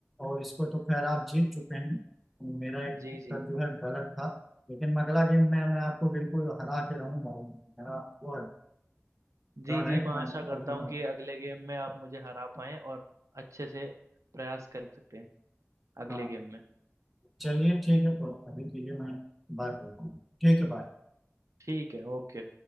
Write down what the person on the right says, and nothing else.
जी
जी
जी
जी
मैं
आशा
करता हूँ कि अगले गेम में आप मुझे हरा पाएं और अच्छे से प्रयास कर सकते हैं अगले
गेम में
ठीक है ओके